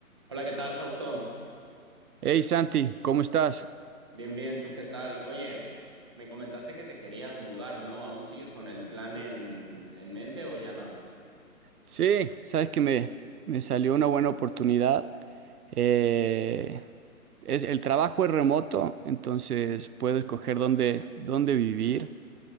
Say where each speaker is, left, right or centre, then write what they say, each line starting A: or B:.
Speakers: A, on the right (about 20°); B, on the right (about 85°).
A: Hola, ¿qué tal, Faustón?
B: Hey Santi, ¿cómo estás?
A: Bien, bien, ¿tú qué tal? Oye, me comentaste que te querías mudar, ¿no? ¿Aún sigues con el plan en, en mente o ya no?
B: Sí, sabes que me, me salió una buena oportunidad. Eh, es, el trabajo es remoto, entonces puedo escoger dónde, dónde vivir.